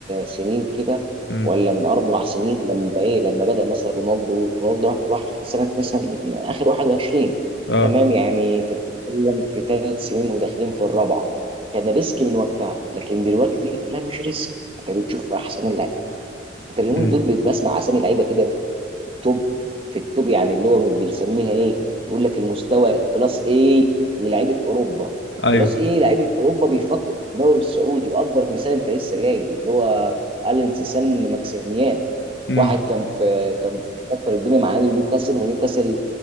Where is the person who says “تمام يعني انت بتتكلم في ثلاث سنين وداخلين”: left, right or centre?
Right